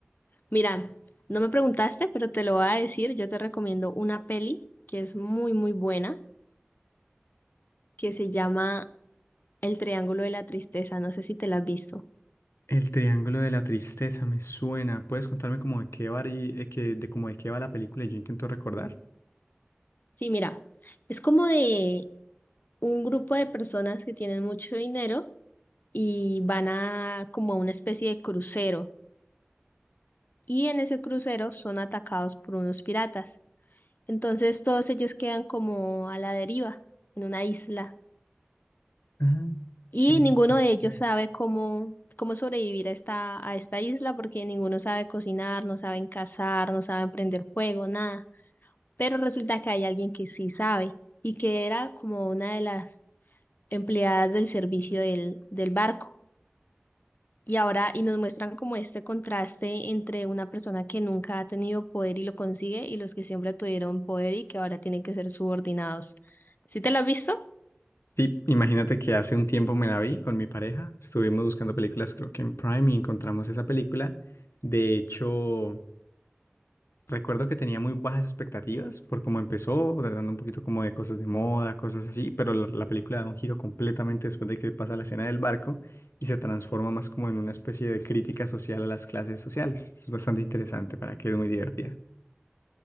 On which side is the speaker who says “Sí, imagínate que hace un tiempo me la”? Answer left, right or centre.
Left